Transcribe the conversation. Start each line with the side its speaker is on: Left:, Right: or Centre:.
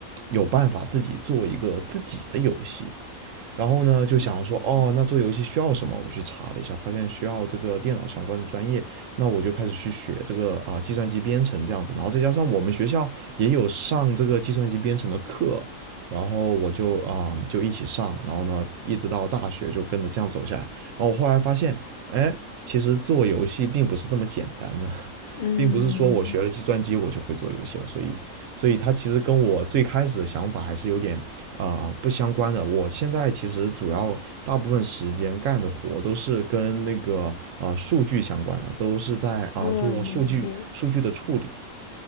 Right: 有办法自己做一个自己的游戏，然后呢，就想说，哦，那做游戏需要什么？我去查了一下，发现需要这个电脑相关的专业，那我就开始去学这个啊、呃计算机编程这样子。然后再加上我们学校也有上这个计算机编程的课，然后我就啊、呃就一起上，然后呢一直到大学就跟着这样走下来。然后我后来发现，哎，其实做游戏并不是这么简单的。
Left: 嗯
Right: 并不是说我学了计算机我就会做游戏了，所以，所以它其实跟我最开始的想法还是有点啊、呃不相关的。我现在其实主要大部分时间干的活都是跟那个啊呃数据相关的，都是在啊、
Left: 嗯，
Right: 呃做数据数据的处理。
Left: 理解。